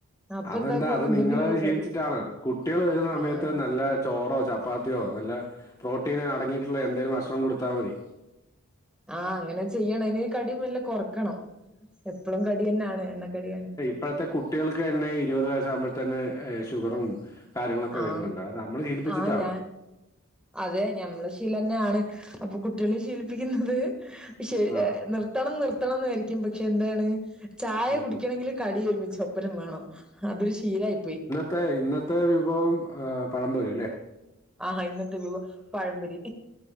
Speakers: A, in the centre; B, on the left (about 15°).
A: അപ്പൊ
B: അതെന്താ
A: എന്താക്കും
B: അത്
A: എന്തെങ്കിലും
B: നിങ്ങളത്
A: ഒരു
B: ശീലിച്ചിട്ടാണ്
A: കടി
B: കുട്ട്യാള് വരുന്ന സമയത്ത്
A: ആഹ്
B: നല്ല ചോറോ ചപ്പാത്തിയോ നല്ല പ്രോട്ടീൻ അടങ്ങിയിട്ടുള്ള എന്തേലും ഭക്ഷണം കൊടുത്താ മതി
A: ആ. അങ്ങനെ ചെയ്യണം ഇനി കടി നല്ല കൊറക്കണം എപ്പളും കടി തന്നാണ് എണ്ണക്കടിയാണ്
B: ഇപ്വത്തെ കുട്ടിൾക്ക് തന്നെ ഇരുപത് വയസ്സാകുമ്പോത്തന്നെ ഷുഗറും കാര്യങ്ങളൊക്കെ
A: ആഹ്
B: വരുന്നുണ്ട് അത് നമ്മള് ശിലിപ്പിച്ചിട്ടാവും
A: ആഹ് അതെ ഞമ്മള ശീലന്നാണ് അപ്പൊ കുട്ടിളെ ശീലിപ്പിക്കുന്നത് ശ്ശെ
B: ആഹ്
A: നിർത്തണം നിർത്തണം വിചാരിക്കും പക്ഷെന്താണ് ചായ
B: അത്
A: കുടിക്കണങ്കില്
B: ശരി.
A: കടിയരുമിച്ച ഒപ്പരം വേണം അതൊരു ശീലായി പോയി
B: തെ ഇന്നത്തെ വിഭവം ആ പഴംപൊരിലെ
A: ആ ഇന്നത്തെ വിഭവം പഴംപൊരി